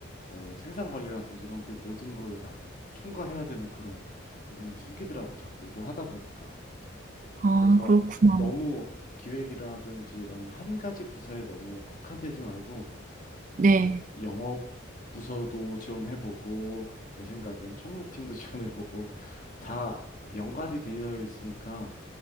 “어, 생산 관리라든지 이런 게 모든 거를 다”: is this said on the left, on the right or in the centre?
Left